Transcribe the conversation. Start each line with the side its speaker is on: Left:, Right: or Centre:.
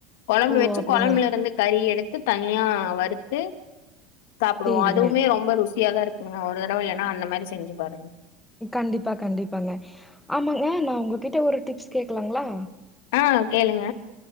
Left: கொழம்பு
Centre: ஓ
Left: வச்சு
Centre: அப்டிங்க
Left: கொழம்புல இருந்து கறி எடுத்து தனியா வறுத் து சாப்டுவோ
Centre: சேரிங்க
Left: அதுவுமே ரொம்ப ருசியாதா இருக்கு வேனா ஒரு த டவ ஏனா அந்த மாரி செஞ்சு பாருங்க
Centre: கண்டிப்பா கண்டிப்பாங்க ஆமாங்க நா உங்ககிட்ட ஒரு டிப்ஸ் கேக்கலாங்களா
Left: ஆ கேளுங்க